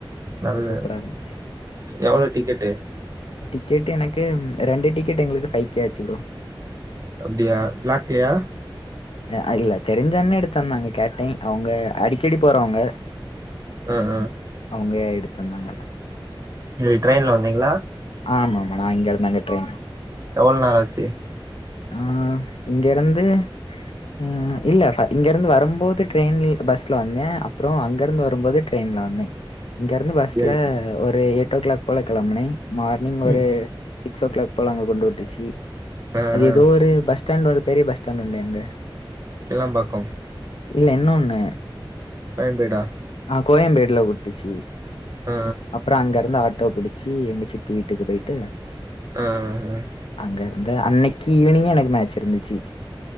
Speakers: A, on the right; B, on the left.
A: நல்ல
B: அது சூப்பரா இருந்துச்சு.
A: எவளோ டிக்கெட்டு
B: டிக்கெட் எனக்கு ரெண்டு டிக்கெட்டு எங்களுக்கு ஃபை கே ஆச்சு ப்ரோ
A: அப்டியா பிளாக்லயா
B: ஆ இல்ல தெரிஞ்சண்ணே எடுத்தந்தாங்க கேட்டே அவுங்க அடிக்கடி போறவங்க
A: ஆ ஹா
B: அவுங்க எடுத்தந்தாங்க
A: இன்னிக் ட்ரெயின்ல வந்தீங்ளா
B: ஆமாமா நா இங்கருந்து அங்க ட்ரெயின்
A: எவ்ள் நேரோ ஆச்சு
B: ஆ இங்கெருந்து ம் இல்ல ஃப இங்கெருந்து வரும்போது ட்ரெயின் பஸ்ல வந்தே அப்றோ அங்கெருந்து வரும்போது ட்ரெயின்ல வந்தே இங்கெருந்து பஸ்ல
A: அப்படியா
B: ஒரு எயிட் ஓ கிளாக் போல கெளம்புனே மார்னிங் ஒரு
A: ம்
B: சிக்ஸ் ஓ க்ளாக் போல அங்க கொண்டு வுட்டுச்சி
A: ஆ
B: எதோ
A: ஆ
B: ஒரு பஸ் ஸ்டாண்ட் ஒரு பெரிய பஸ் ஸ்டாண்ட் உண்டு அங்க
A: கிளாம்பாக்கம்
B: இல்ல இன்னொன்னு
A: கோயம்பேடா
B: ஆ கோயம்பேட்ல வுட்டுச்சி
A: ஆ
B: அப்றோ அங்கருந்து ஆட்டோ புடிச்சி எங்க சித்தி வீட்டுக்கு போய்ட்டு
A: ஆ ஹா
B: அங்கருந்த அன்னக்கி ஈவ்னிங்கே எனக்கு மேட்ச் இருந்துச்சி